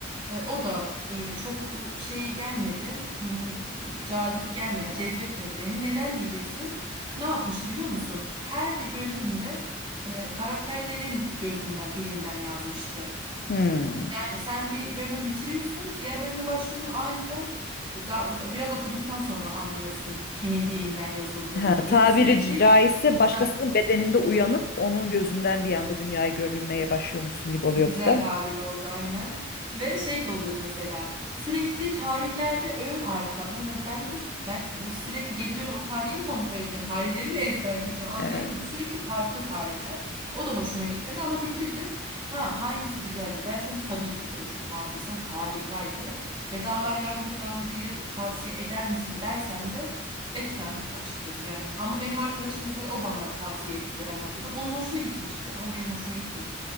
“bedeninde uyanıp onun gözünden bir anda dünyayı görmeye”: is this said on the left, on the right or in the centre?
Left